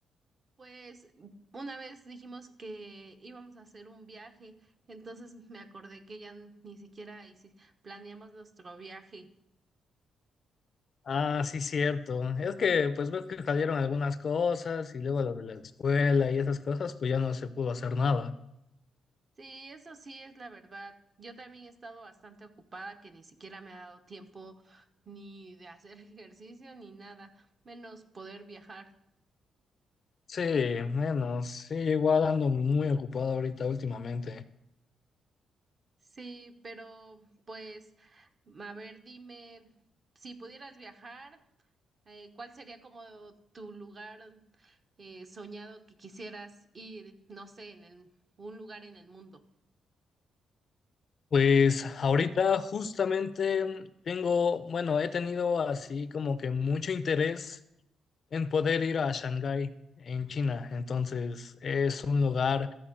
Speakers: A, on the right (about 35°); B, on the left (about 45°).
A: Pues una vez dijimos que íbamos a hacer un viaje, entonces me acordé que ya ni siquiera hici- planeamos nuestro viaje.
B: Ah, sí, cierto. Es que pues ves que salieron algunas cosas y luego lo de la escuela y esas cosas, pues ya no se pudo hacer nada.
A: Sí, eso sí es la verdad. Yo también he estado bastante ocupada que ni siquiera me ha dado tiempo ni de hacer <laughs> ejercicio ni nada, menos poder viajar.
B: Sí, menos. Sí, igual ando muy ocupado ahorita últimamente.
A: Sí, pero pues, a ver, dime, si pudieras viajar, eh, ¿cuál sería como tu lugar eh, soñado que quisieras ir, no sé, en el- un lugar en el mundo?
B: Pues ahorita justamente tengo, bueno, he tenido así como que mucho interés en poder ir a Shanghái, en China. Entonces, es un lugar